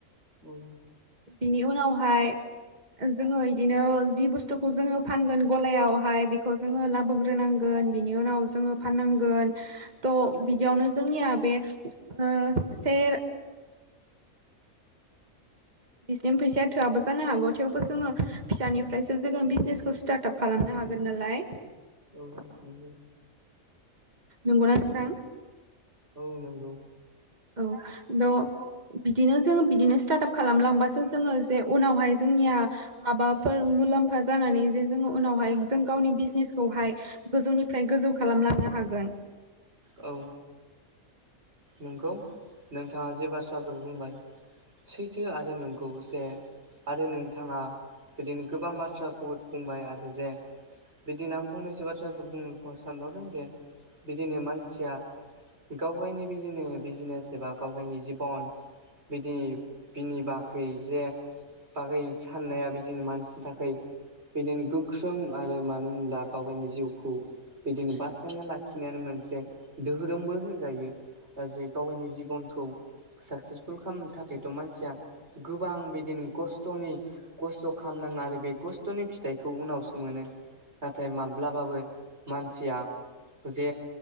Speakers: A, on the right; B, on the right.
A: <inaudible> <inaudible>
B: बिनि उनावहाय जोङो बिदिनो जि बुस्थुखौ जोङो फानगोन गलायावहाय बेखौ जोङो लाबोग्रोनांगोन बिनि उनाव जोङो फाननांगोन थ' बिदियावनो जोंनिया बे स बिसिनि फैसाया थोआबो जानो हागौ थेवबो जोङो फिसानिफ्रायसो जोङो बिजनेसखौ स्टार्टआप खालामनो हागोन नालाय
A: <inaudible>
B: नोंगौ दा
A: औ नंगौ
B: औ द बिदिनो जोङो बिदिनो स्टार्टआप खालामलांबासो जोङो जे उनावहाय जोंनिया माबाफोर मुलाम्फा जानानै जे जोङो उनावहाय जों गावनि बिजनेसखौहाय गोजौनिफ्राय गोजौ खालामलांनो हागोन
A: औ नंगौ नोंथाङा जे बाथ्राफोर बुंबाय सैथो आरो नंगौ जे आरो नोंथाङा बिदिनो गोबां बाथ्रा बुंबाय आरो जे बिदिनो आं फंनैसो बाथ्राफोर बुंनोखौ सानबावदों जे बिदिनो मानसिया गाव गावनि बिदिनो बिजनेस एबा गाव गावनि जिबन बिदि बिनि बागै जे बागै साननाया बिदिनो मानसिनि थाखाय बेदिनो गोख्रों आरो मानो होनब्ला गाव गावनि जिउखौ बिदिनो बासायना लाखिनायानो मोनसे दोहोरोमबो होनजायो जे गावनि जिबनखौ साक्सेसफुल खालामनो थाखायथ' मानसिया गोबां बिदिनो खस्थ'नि खस्थ' खालामामनो आरो बे गस्थ'नि फिथाइखौ उनावसो मोनो नाथाय माब्लाबाबो मानसिया जे